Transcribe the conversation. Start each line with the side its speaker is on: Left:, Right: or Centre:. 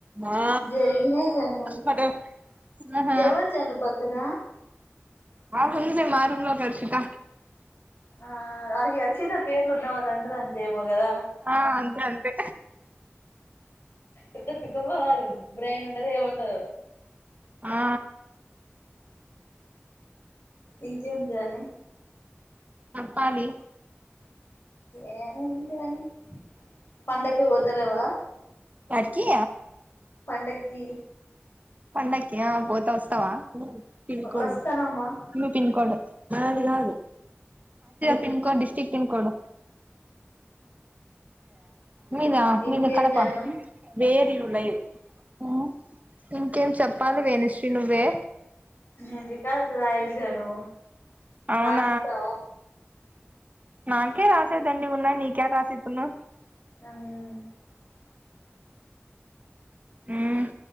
Right: ఆ
Left: జరిగినాయి జాను
Right: పటు ఆహా
Left: ఎవరు జాను పక్కన
Right: ఆ ఉంది మా రూమ్ లో కర్షిక
Left: ఆ అహి అషిత పేరు ఉన్నా వాళ్లందరూ అంతే ఏమో గదా
Right: ఆ అంతే అంతే
Left: అ కిత తిక్క పోవాల బ్రెయిన్ ఉండదు ఏం ఉండదు
Right: ఆ
Left: ఇంకేం జాను
Right: కాలి
Left: ఏ ఉంది జాను పండక్కి పోతలేవ
Right: ఏడీకి
Left: పండక్కి
Right: పండకి ఆ పోత వస్తవా పిన్ కోడ్
Left: వస్తానమ్మా
Right: న్యూ పిన్ కోడ్ నాది కాదు పిన్కోడ్ డిస్టక్ట్ పిన్కోడు మీదా
Left: ఇంకేం
Right: మీది కడప
Left: జాను
Right: వేర్ యు లైవ్ ఆ ఇంకేం చెప్పాలి వేణుశ్రీ నువ్వే
Left: నేను రికార్డ్ రాయాలి జాను
Right: అవునా
Left: రాసిస్తావా
Right: నాకే రాసేవిదండిగున్నాయి నీకేడ రాసిత్తును
Left: ఆహ్
Right: మ్మ్